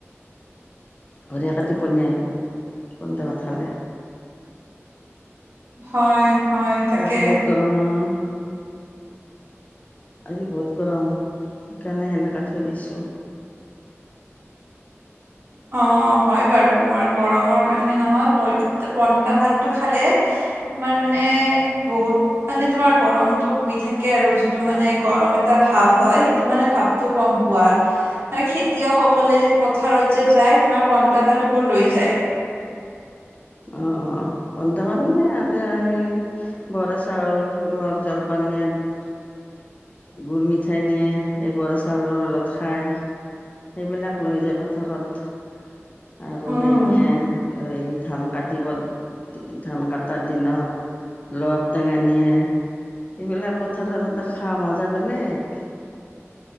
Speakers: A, on the left; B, on the right.
A: বঢ়িয়াকে টোপনি আহিব পন্তা ভাত খালে।
B: হয়। হয় তাকে।
A: আজি বহুত গৰম নহয় আজি বহুত গৰম সেইকাৰণে সেনেকা থৈ দিছোঁ।
B: অ হয় বাৰু তোমাৰ গৰমৰ কাৰণে নহয় পন্তা ভাতটো খালে তোমাৰ মানে বহুত মানে তোমাৰ গৰমটো কমি থাকে আৰু যিটো মানে গৰম এটা ভাৱ হয় সেইটো মানে ভাৱ টো কম পোৱা মানে খেতিয়কসকলে যে পথাৰত যে যায় তোমাৰ পন্তা ভাতবোৰ লৈ যায়।
A: অ অ পন্তা ভাত নিয়ে সিঁহতে আৰু সেই বৰাচাউল ঘৰত জলপান নিয়াত গুৰ মিঠাই নিয়ে এই বৰাচাউলৰ লগত খায়। সেইবিলাক লৈ যায় পথাৰত। আৰু
B: উম
A: সেই নিয়ে এই ধান কাটিব ধান কাট তাৰদিনত ৰবাব টেঙা নিয়ে। এইবিলাক পথাৰৰ তাতে খা মজা বেলেগ।